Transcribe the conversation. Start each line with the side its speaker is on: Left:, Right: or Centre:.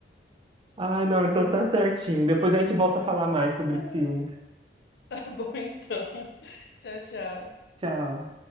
Right: Ah, não, então tá certinho. Depois a gente volta a falar mais sobre
Left: <laughs>
Right: os filmes.
Left: Tá bom, então. <laughs> Tchau, tchau.
Right: Tchau.